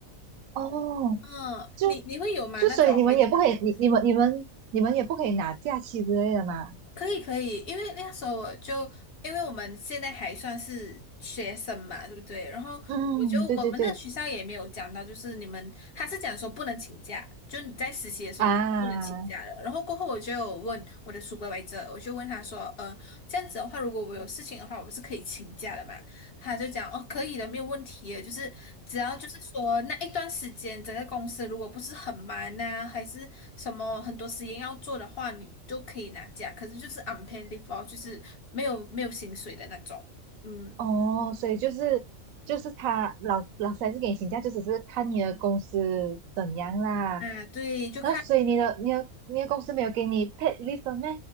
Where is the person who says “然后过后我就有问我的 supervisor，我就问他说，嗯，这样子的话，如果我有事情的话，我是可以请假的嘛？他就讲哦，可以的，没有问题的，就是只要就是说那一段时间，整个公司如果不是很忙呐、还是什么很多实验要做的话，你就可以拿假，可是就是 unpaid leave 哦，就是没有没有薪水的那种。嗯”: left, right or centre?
Left